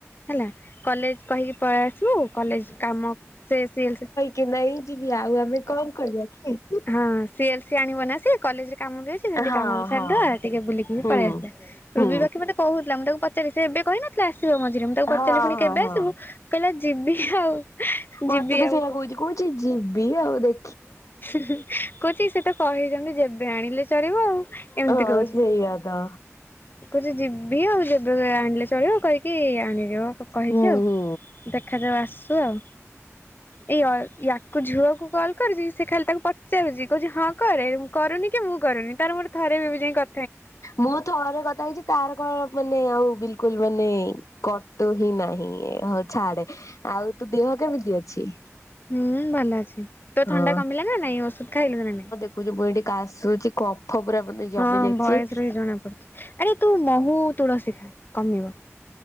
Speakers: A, on the left; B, on the left.
A: ହେଲା କଲେଜ୍ କହିକି ପଳେଇ ଆସିବୁ କଲେଜ କାମ ସେ ସିଲ୍ସ
B: କି ନାଇଁ ଯିବି ଆଉ ଆମେ କଣ କରିବା କି?
A: ହଁ ସିଏଲସ ସିଏ ଆଣିବ ନା ସିଏ କଲେଜରେ କାମ ବି ଅଛି ସେମିତି
B: ହଁ
A: କାମ ବି ସାରିଦବା
B: ହଁ
A: ଟିକେ ବୁଲିକି ବି
B: ହୁଁ
A: ପଳେଇ ଆସିବା,
B: ହୁଁ।
A: ରୁବୀ ବାକି ମତେ କହୁଥିଲା ମୁଁ ତାକୁ ପଚାରିଲି ସେ ଏବେ କହିନଥିଲା ଆସିବ ମଝିରେ ମୁଁ ତାକୁ
B: ହଁ
A: ପଚାରିଲି ପୁଣି
B: ହଁ
A: କେବେ
B: ହଁ
A: ଆସିବୁ କହିଲା ଯିବି ଆଉ। ଯିବି
B: ମତେ ବି
A: ଆଉ
B: ସେଇଟା କହୁଛି କହୁଛି ଯିବି ଆଉ ଦେ
A: ହୁଁ ହୁଁ କହୁଛି ସେ ତ କହିଛନ୍ତି ଯେବେ ଆଣିଲେ ଚଳିବ ଆଉ। ଏମତି
B: ହଁ
A: କହୁଛି।
B: ସେଇଆ ତ
A: କହୁଛି ଯିବି ଆଉ ଯେବେ ଆଣିଲେ ଚଳିବ କରିକି ଆଣିଦବ କହିଛି
B: ହୁଁ
A: ଆଉ।
B: ହୁଁ।
A: ଦେଖାଯାଉ ଆସୁ ଆଉ, ଏଇ ଅ ୟାକୁ ଝୁଅକୁ କଲ୍ କରିବି ସେ ଖାଲି ତାକୁ ପଚାରୁଛି କହୁଛି ହଁ କରେ କରୁନି କି ମୁଁ କରୁନି ତାର ମୋର ଥରେ ବି ଏବେଯାଏ କ
B: ମୁଁ ଥ ରେ କଥା ହେଇଛି ତାର କଣ ମାନେ ଆଉ ବିଲକୁଲ୍ ମାନେ କଟୁ ହିଁ ନାହିଁ ହଉ ଛାଡେ। ଆଉ ତୋ ଦେହ କେମିତି ଅଛି?
A: ହୁଁ ଭଲ ଅଛି। ତୋ
B: ହଁ
A: ଥଣ୍ଡା କମିଲା ନା ନାଇଁ ଔଷୁଧ ଖାଇଲୁ ନା ନାଇଁ?
B: ମୁଁ ଯୋଗୁ ଏଠି କାଶୁଛି କଫ ପୁରା ମାନେ ଜମି
A: ହଁ
B: ଯାଇଛି।
A: ଭଏସ ରୁ ହିଁ ଜଣା ପଡୁଛି। ଆରେ ତୁ ମହୁ ତୁଳସୀ କମିବ।